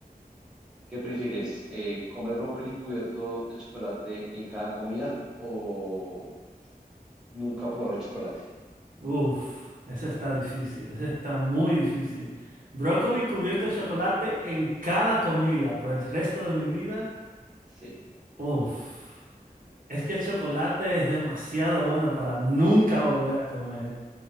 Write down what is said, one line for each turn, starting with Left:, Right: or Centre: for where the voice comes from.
Centre: ¿Qué prefieres? Eh, ¿comer brócoli cubierto de chocolate en cada comida o Nunca probar el chocolate.
Right: Uf, esa está difícil, esa está muy difícil. ¿Brócoli cubierto de chocolate en cada comida por el resto de mi vida?
Centre: Sí.
Right: Uf, es que el chocolate es demasiado bueno para nunca volver a comer.